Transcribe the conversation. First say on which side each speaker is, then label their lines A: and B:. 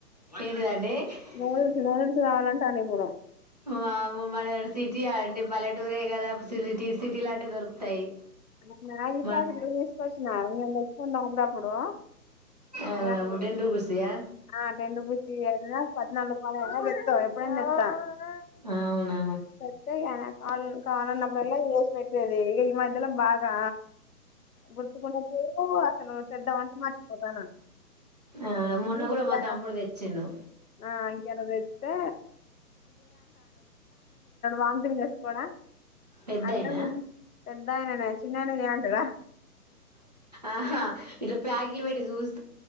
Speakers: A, on the right; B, on the left.
A: ఆ ఏంటిదండి ఏ
B: నూడిల్స్ నూడిల్స్ కావాలంటాండు ఇప్పుడు
A: వమ్మో మా సిటీయా అండి పల్లెటూరే కదా ఫ్సీటీ సిటీలంటే దొరుకుతాయి
B: ఆ మ్యాగీ
A: మనం
B: ఫ్యాకట్లు చేసుకోవచ్చున నేను తెచ్చుకున్నా అప్పుడప్పుడు
A: అవునా
B: మ్యాగీ
A: టెన్ రూపీస్యా
B: ఆ రెండు పూసీయన్న పద్నాలుగు రూపాలన్న తెచ్చుకో ఎప్పుడైన తెస్తా అ
A: అవునా
B: సత్తే కద కాళ్ళు కావాలన్నపుడల్లా చేసి పెట్టేది ఈ మధ్య ఇల బాగా గుర్తుకున్నపుడు అసలు చెడ్డవంత మర్చిపోతాను
A: అవునా మొన్న
B: నను
A: కూడా
B: ఇయాల
A: మా తమ్ముడు తెచ్చిండు
B: ఆ ఇయ్యాలా పెడితే వామిటింగ్ చేసుకోడా
A: పెద్దయినా
B: అన్నం పెద్దాయననే చిన్నాయన చేయమంటడా
A: ఆహా ఇది పాకెట్లు పెట్టి జూస్